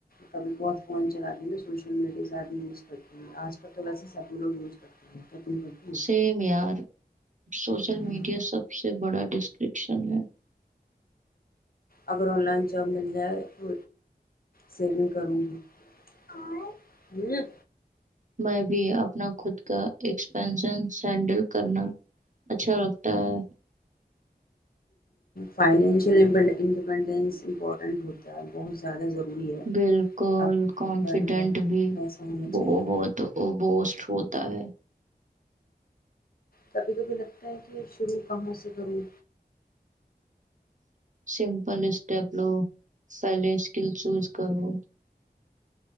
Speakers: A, on the left; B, on the right.
A: کبھی بہت فون چلاتی میں سوشل میڈیا زیادہ یوز کرتی ہوں آج کل تو ویسے ہی سبھی لوگ یوز کرتے ہیں تم کرتی
B: سیم یار سوشل
A: ہو
B: میڈیا سب سے بڑا ڈسٹرکٹ اسان ہے
A: اگر آن لائن جاب مل جائے تو ضرور کروں گی ہوں
B: میں بھی اپنا خود کا ایکسپینن سینڈل کرنا اچھا لگتا ہے
A: فائنشیل انڈیپینڈنس امپورٹنٹ ہوتا ہے بہت زیادہ ضروری ہے
B: بالکل
A: اب
B: کانفیڈنٹ
A: پر
B: بھی
A: پیسہ ہونا چاہیے
B: بہت بوسٹ ہو ہوتا ہے
A: کبھی کبھی لگتا ہے کہ شروع کہاں سے کروں
B: سمپل اسٹیپ لو پہلے اسکل شوز کروں